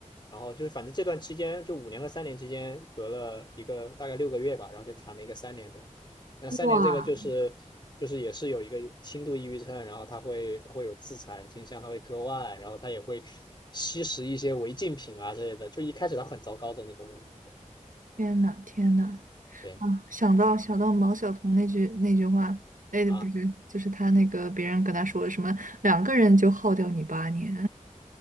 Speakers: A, on the left; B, on the right.
A: 然后就是反正这段期间，就五年和三年之间隔了一个大概六个月吧，然后就谈了一个三年的。那三年这个就是就是也是有一个轻度抑郁症，
B: 哇，
A: 然后他会他会有自残倾向，他会割腕，然后他也会吸食一些违禁品啊之类的。就一开始他很糟糕的那种人，
B: 天呐，天呐，
A: 对
B: 啊，想到想到毛晓彤那句那句话，哎，
A: 啊。
B: 不是，就是他那个别人跟他说什么，两个人就耗掉你八年，